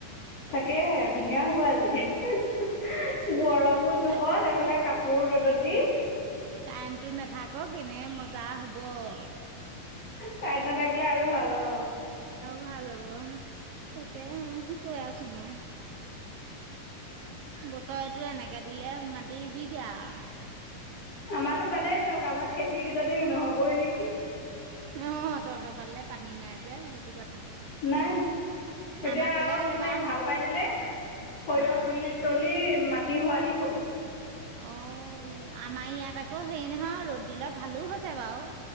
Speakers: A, on the left; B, on the right.
A: তাকে ধুনীয়া হ'ব আজি গৰম মোৰ জোখত
B: তাক
A: এইফালে কাপোৰ ৰ'দত দি
B: কাৰেণ্টটো নাথাকক। এনে মজা হ'ব আৰু।
A: কাৰেণ্ট নাথাকিলে আৰু ভাল অ'।
B: ভাল হ'ব তাকে কৈ আছো মই। বতৰটো এনেকে দিলে মাটি ৰুবিগে আৰু।
A: আমাটো বাদে দিয়ক আমাৰ খেতিকেইজনী নহ'বই নেকি।
B: অ', তহঁতৰ ফালে পানী নাই যে সেইটো কথা
A: নাই এতিয়া
B: আমাৰ ফালে
A: আৰু মানে
B: বাৰু
A: হাল বাই দিলে। সৰিয়ঁহ
B: অ'
A: তুলি তলি মাটি হোৱাৰি হ'ব।
B: অ', আমাৰ ইয়াত আকৌ হেৰি নহয় ৰ'দ দিলত ভালো হৈছে বাৰু